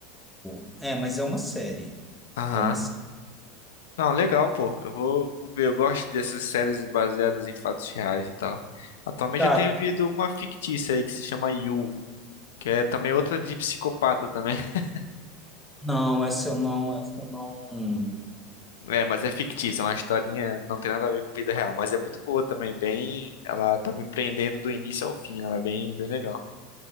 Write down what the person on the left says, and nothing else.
Aham.
Não, legal, pô. Eu vou, vou ver. Eu gosto dessas séries baseadas em fatos reais e tal. Atualmente
eu tenho visto uma fictícia aí que se chama You. Que é também outra de psicopata também. <laughs>
É, mas é fictícia, é uma historinha, não tem nada a ver com vida real, mas é muito boa também, bem, ela tá me prendendo do início ao fim, ela é bem, bem legal.